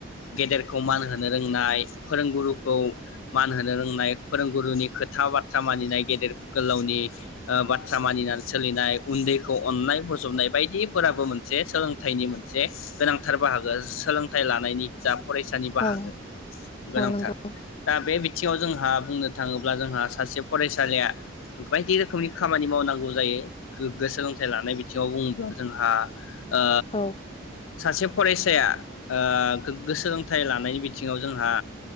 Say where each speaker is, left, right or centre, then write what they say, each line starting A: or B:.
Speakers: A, on the left; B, on the left.
A: गेदेरखौ मान होनो रोंनाय, फोरोंगुरुखौ मान हो नो रोंनाय फोरोंगुरुनि खोथा बाथ्रा मानिनाय, गेदेर गोलावनि बाथ्रा मानिनानै सोलिनाय, उन्दैखौ अननाय, बजबनाय बायदिफोराबो मोनसे सोलोंथाइनि मोनसे गोनांथार बाहागो। सोलोंथाइ लानायनि जा फरायसानि बाहागो
B: औ
A: गोनांथार
B: औ नंगौ
A: दा बे बिथिङाव जोंहा बुंनो थाङोब्ला जोंहा सासे फरायसालिया बायदि रोखोमनि खामानि मावनांगौ जायो गोग्गो सोलोंथाइ लानाय बिथिङाव बुङोब्ला जोंहा ओ
B: औ
A: सासे फरायसाया गोग्गो सोलोंथाइ लानायनि बिथिङाव जोंहा